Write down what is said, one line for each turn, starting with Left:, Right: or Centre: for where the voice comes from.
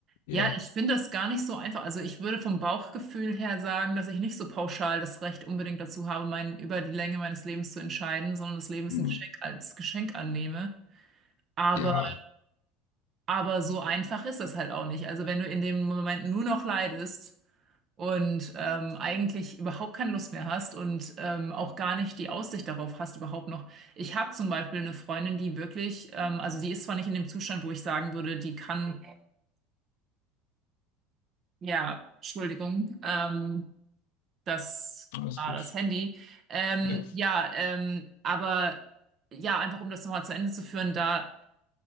Left: Ja,
Right: Ja, ich finde das gar nicht so einfach. Also ich würde vom Bauchgefühl her sagen, dass ich nicht so pauschal das Recht unbedingt dazu habe, mein, über die Länge meines Lebens zu entscheiden, sondern das Leben ist
Left: hm.
Right: ein Geschenk als Geschenk annehme. Aber,
Left: Ja,
Right: aber so einfach ist das halt auch nicht. Also wenn du in dem Moment nur noch leidest und ähm, eigentlich überhaupt keine Lust mehr hast und ähm, auch gar nicht die Aussicht darauf hast, überhaupt noch. Ich habe zum Beispiel eine Freundin, die wirklich, ähm, also die ist zwar nicht in dem Zustand, wo ich sagen würde, die kann Ja, Entschuldigung, ähm, das
Left: alles
Right: war
Left: gut.
Right: das Handy. Ähm,
Left: Ja,
Right: ja, ähm, aber ja, einfach um das nochmal zu Ende zu führen, da